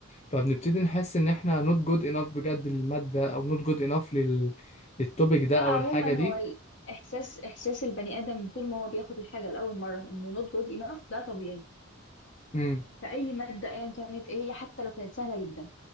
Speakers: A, on the left; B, on the left.
A: فبنبتدي نحس إن إحنا not good enough بجد للمادة أو not good enough لل... للتوبيك ده
B: لا
A: أو
B: عموما
A: الحاجة دي
B: هو الاحساس احساس البني ادم طول ما هو بياخد الحاجه لاول مره انه not good enough ده طبيعي
A: مم.
B: في اي ماده ايا كانت ايه هي حتى لو كانت سهله جدا